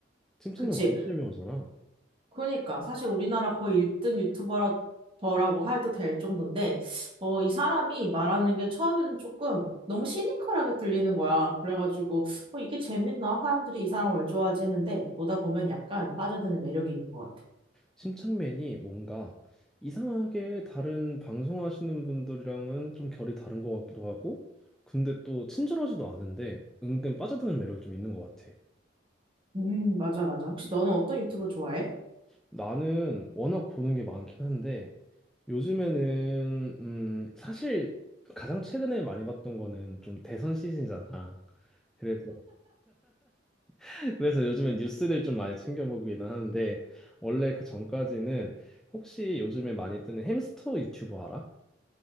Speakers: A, in the centre; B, on the right.
A: 침착맨
B: 그치.
A: 완전 유명하잖아.
B: 그러니까 사실 우리나라 거의 1등 유튜버라고 해도 될 정도인데 어, 이 사람이 말하는 게 처음에는 조금 너무 시니컬하게 들리는 거야. 그래가지고 어, 이게 재밌나? 사람들이 이 사람 왜 좋아하지 했는데 보다 보면 약간 빠져드는 매력이 있는 것 같아.
A: 침착맨이 뭔가 이상하게 다른 방송하시는 분들이랑은 좀 결이 다른 것 같기도 하고, 근데 또 친절하지도 않은데 은근 빠져드는 매력이 좀 있는 것 같아.
B: 음, 맞아, 맞아. 혹시 너는 어떤 유튜버 좋아해?
A: 나는 워낙 보는 게 많긴 한데 요즘에는 음 사실 가장 최근에 많이 봤던 거는 좀 대선 시즌이잖아. 그래서 <laughs> 그래서 요즘엔 뉴스들 좀 많이 챙겨 보기는 하는데 원래 그 전까지는 혹시 요즘에 많이 뜨는 햄스터 유튜버 알아?